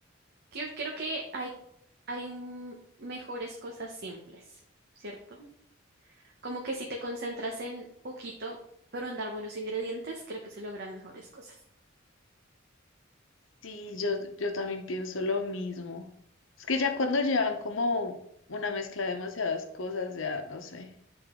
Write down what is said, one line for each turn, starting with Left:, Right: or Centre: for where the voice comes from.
Right: Yo creo que hay hay un- mejores cosas simples, ¿cierto? Como que si te concentras en poquito, pero en dar buenos ingredientes, creo que se logran mejores cosas.
Left: Sí, yo, yo también pienso lo mismo. Es que ya cuando llevan como una mezcla de demasiadas cosas, ya no sé,